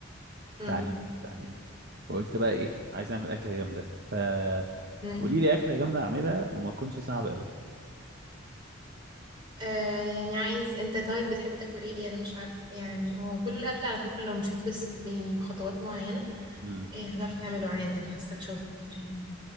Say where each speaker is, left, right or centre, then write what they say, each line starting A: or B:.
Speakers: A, on the right (about 20°); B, on the right (about 50°).
A: امم
B: تعليم تعليم فقلت بقى ايه عايز اعمل أكلة جامدة ف
A: امم
B: قولي لي أكلة جامدة اعملها وما تكونش صعبة قوي
A: آه يعني عايز انت طيب بتحب تاكل ايه انا مش عارفه يعني هو كل الاكل على فكره لو مشيت بس يعني بخطوات معينه
B: امم
A: ايه هتعرف تعمله مم. عادي انا حاساك شاطر يعني